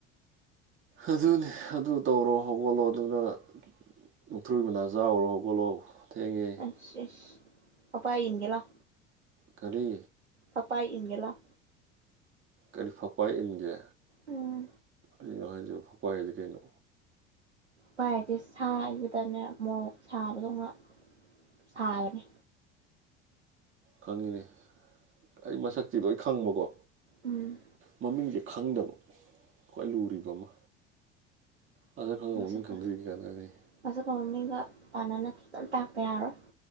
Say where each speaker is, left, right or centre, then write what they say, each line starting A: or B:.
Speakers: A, on the right; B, on the right.
A: ꯑꯗꯨꯅꯦ ꯑꯗꯨ ꯇꯧꯔꯣ ꯍꯧꯒꯠꯂꯣ ꯑꯗꯨꯅ ꯃꯨꯛꯊꯔꯨꯕꯤ ꯃꯅꯥ ꯆꯥꯎꯔꯣ ꯍꯧꯒꯠꯂꯣ ꯊꯦꯡꯉꯦ
B: ꯏꯁ ꯏꯁ ꯄꯛꯄꯥꯏ ꯏꯟꯒꯦ ꯂꯥꯎ
A: ꯀꯥꯔꯤ
B: ꯐꯄꯥꯏ ꯏꯟꯒꯦꯂꯥꯎ
A: ꯀꯥꯔꯤ ꯐꯛꯄꯏ ꯏꯟꯒꯦ
B: ꯎꯝ
A: ꯀꯥꯔꯤꯅꯣ ꯍꯥꯟꯖꯨꯕꯣ ꯐꯛꯄꯥꯏꯗꯤ ꯀꯩꯅꯣ
B: ꯄꯥꯏꯗꯤ ꯁꯥꯏꯕꯗꯅꯦ ꯃꯣꯔꯣꯛ ꯁꯥꯕꯗꯧꯅ ꯁꯥꯕꯅꯦ
A: ꯈꯪꯉꯤꯅꯦ ꯑꯩ ꯃꯁꯛꯇꯤ ꯂꯣꯏ ꯈꯪꯕꯀꯣ
B: ꯎꯝ
A: ꯃꯃꯤꯡꯗꯤ ꯈꯪꯗꯕ ꯈꯨꯋꯥꯏ ꯂꯨꯔꯤꯕ ꯃꯥ ꯈꯪꯉꯥ
B: ꯃꯁꯛꯀ
A: ꯃꯃꯤꯡ ꯈꯪꯗ꯭ꯔꯗꯤ ꯀꯩꯀꯟꯔꯤ
B: ꯃꯁꯛꯀ ꯃꯃꯤꯡꯒ ꯄꯥꯟꯅꯅ ꯈꯤꯇꯪ ꯇꯥꯛꯇ ꯌꯥꯔꯣꯏ